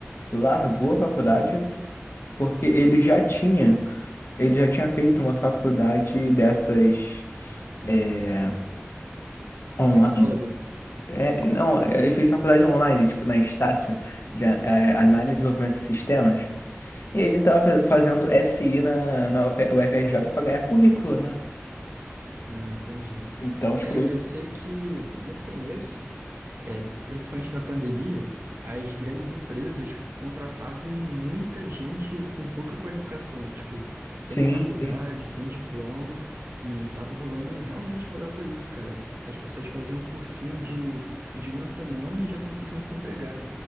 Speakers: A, on the left; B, on the right.
A: largou a faculdade porque ele já tinha. Ele já tinha feito uma faculdade dessas. é, online.
B: Tecnólogo?
A: É, não, ele fez faculdade online, tipo, na Estácio, de a- é, análise e desenvolvimento de sistemas. E ele tava fa- fazendo SI na, na UFRJ para ganhar currículo, né?
B: Não, entendi.
A: Então,
B: É,
A: tipo, ele-
B: eu sei que no começo. É, principalmente na pandemia, as grandes empresas contratavam muita gente com pouca qualificação, tipo, sem
A: Sim,
B: faculdade,
A: sim.
B: sem diploma, e tava rolando, realmente rolava isso, cara. As pessoas faziam um cursinho de, de uma semana e já conseguiam se empregar.